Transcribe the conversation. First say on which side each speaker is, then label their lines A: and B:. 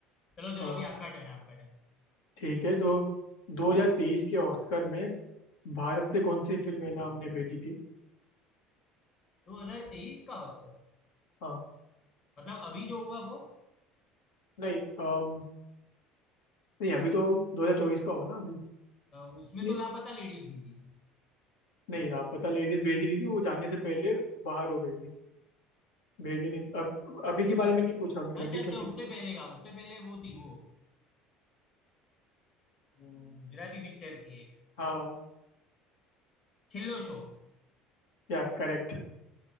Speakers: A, on the left (about 40°); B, on the left (about 85°).
A: चलो चलो
B: हाँ
A: अभी आपका टर्न है आपका टर्न
B: ठीक है तो 2023 के ऑस्कर में भारत से कौन सी फिल्म है ना हमने भेजी थी
A: 2023 का ऑस्कर
B: हाँ
A: मतलब अभी जो हुआ वो
B: नहीं अम, नहीं अभी तो 2024 का होगा ना अभी
A: अ, उसमें
B: नहीं
A: तो लापता लेडीज भेजी थी
B: नहीं लापता लेडीज भेजी नहीं थी वो जाने से पहले बाहर हो गई थी भेजी नहीं अब
A: तो
B: अभी के बारे में नहीं पूछा मैं
A: अच्छा
B: ट्वेंटी
A: अच्छा
B: ट्वेंटी
A: उससे
B: थ्री।
A: पहले का उससे पहले वो थी वो वो गुजराती पिक्चर थी एक
B: हाँ
A: छिल्लो शो
B: या करेक्ट